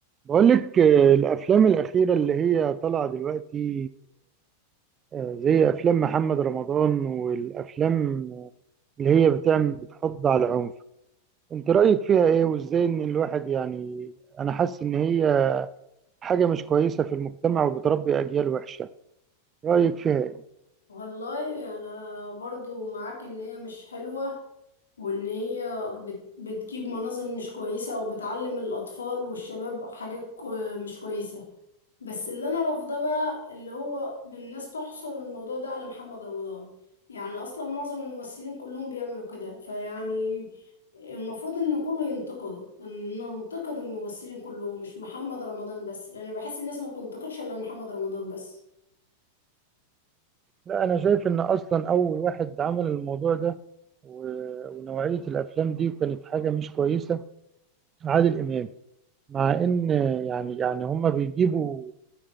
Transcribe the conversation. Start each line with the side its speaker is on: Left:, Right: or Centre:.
Right: بقول لك آه، الافلام الاخيره اللي هي طالعه دلوقتي آه، زي افلام محمد رمضان والافلام اللي هي بتعمل بتحض على العنف انت رايك فيها ايه وازاي ان الواحد يعني انا حاسس ان هي حاجه مش كويسه في المجتمع وبتربي اجيال وحشه رايك فيها ايه
Left: والله انا برضو معاك ان هي مش حلوة وان هي بت- بتجيب مناظر مش كويسة او بتعلم الاطفال والشباب حاجات كو- مش كويسة بس اللي انا رافضاه بقى اللي هو الناس تحصر الموضوع ده على محمد رمضان يعني اصلا معظم الممثلين كلهم بيعملوا كده فيعني المفروض ان كله ينتقده ان ننتقد الممثلين كلهم مش محمد رمضان بس لان بحس الناس ما بتنتقدش الا محمد رمضان بس
Right: لا انا شايف ان اصلا اول واحد عمل الموضوع ده و- ونوعيه الافلام دي وكانت حاجه مش كويسه عادل امام مع ان يعني يعني هما بيجيبوا